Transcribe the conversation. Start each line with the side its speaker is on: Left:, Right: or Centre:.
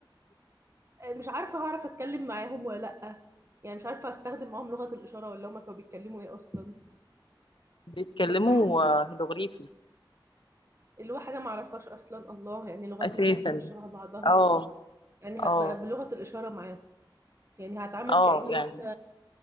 Right: يعني مش عارفه هعرف اتكلم معاهم ولا لا يعني مش عارفه استخدم معاهم لغه الاشاره ولا هما كانوا بيتكلموا ايه اصلا
Left: بيتكلموا
Right: بس حاسه
Left: آه، هيروغليفي
Right: اللي هو حاجه ما اعرفهاش اصلا الله يعني لغتنا
Left: اساسا
Right: حتى مش شبه بعضها
Left: اه
Right: يعني
Left: اه
Right: هبقى بلغه الاشاره معاهم يعني هتعامل
Left: اه
Right: كاني
Left: يعني
Right: واحده